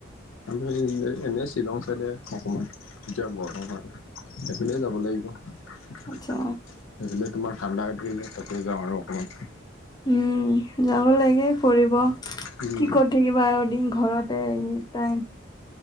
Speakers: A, on the left; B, on the left.
A: আমি এনেই শ্বিলং চাইডে অকমান এতিয়া গৰম আৰু সেইফালে যাব লাগিব সেইফালে
B: আচ্ছা
A: তোমাৰ ঠাণ্ডা যায় তাতে যাওঁ আৰু অকণমান৷
B: উম যাব লাগে ফুৰিব কৰিব
A: উম,
B: কি কৰি থাকিবা আৰু দিন ঘৰতে এনিটাইম